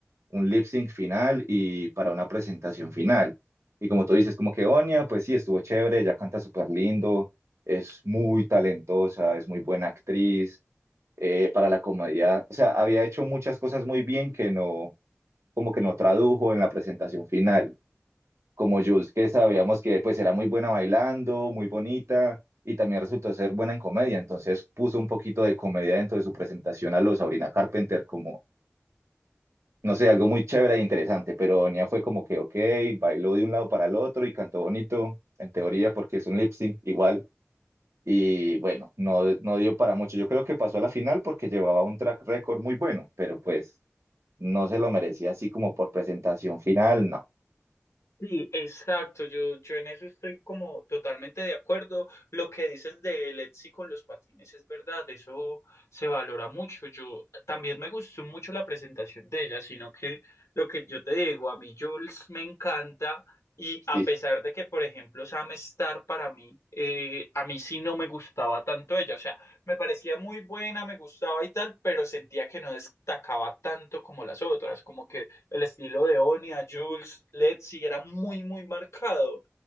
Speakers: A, on the right; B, on the left.
A: un lip sync final y para una presentación final. Y como tú dices, como que Onia, pues sí, estuvo chévere, ella canta súper lindo, es muy talentosa, es muy buena actriz, eh, para la comedia, o sea, había hecho muchas cosas muy bien que no, como que no tradujo en la presentación final. Como Jules, que sabíamos que pues era muy buena bailando, muy bonita, y también resultó ser buena en comedia, entonces puso un poquito de comedia dentro de su presentación a los Sabrina Carpenter como no sé, algo muy chévere e interesante, pero Nia fue como que, ok, bailó de un lado para el otro y cantó bonito, en teoría, porque es un lip sync igual. Y bueno, no, no dio para mucho. Yo creo que pasó a la final porque llevaba un track record muy bueno, pero pues no se lo merecía así como por presentación final, no.
B: Sí, exacto, yo, yo en eso estoy como totalmente de acuerdo. Lo que dices de Lexi con los patines es verdad, eso se valora mucho. Yo también me gustó mucho la presentación de ella, sino que lo que yo te digo, a mí Jules me encanta y
A: Sí.
B: a pesar de que, por ejemplo, Sam Star para mí, eh, a mí sí no me gustaba tanto ella, o sea, me parecía muy buena, me gustaba y tal, pero sentía que no destacaba tanto como las otras, como que el estilo de Onia, Jules, Letzi era muy, muy marcado.